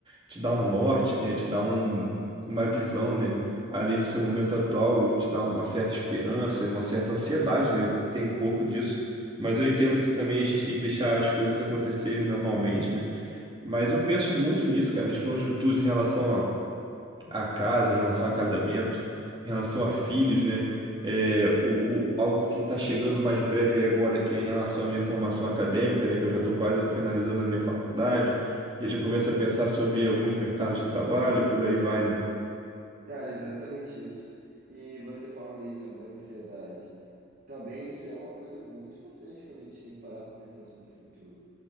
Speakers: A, on the right; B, on the right.
A: te dá um norte, né? Te dá um, uma visão, né? Além do seu momento atual, te dá uma certa esperança e uma certa ansiedade, né? Eu tenho um pouco disso mas eu entendo que também a gente tem que deixar as coisas acontecerem normalmente, né? Mas eu penso muito nisso, cara, nos planos futuros em relação a, a casa, em relação a casamento, em relação a filhos, né? É, o, o- algo que está chegando mais breve aí agora, que é em relação à minha formação acadêmica, né? Que eu já estou quase finalizando a minha faculdade. Eu já começo a pensar sobre alguns mercados de trabalho e por aí vai, né?
B: Cara, é exatamente isso. E você falando aí sobre a ansiedade. Também isso é uma coisa muito importante quando a gente tem que parar para pensar sobre o futuro